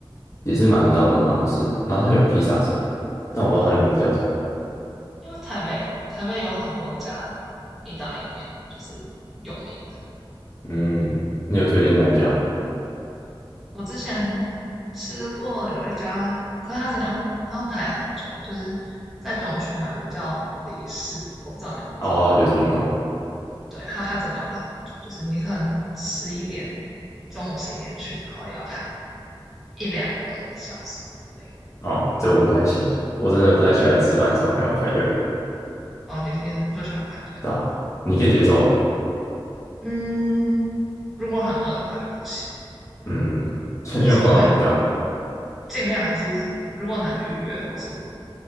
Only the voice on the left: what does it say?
也是蛮道地蛮好吃的。
然后它有披萨什么的，但我不知道它的名字叫什么。
嗯，你有推荐哪一家吗？
哦，有听过。
哦，这我不太行，我真的不太喜欢吃饭的时候还要排队，
对吧？你可以接受吗？
嗯，<laughs> 因为我通常对啊，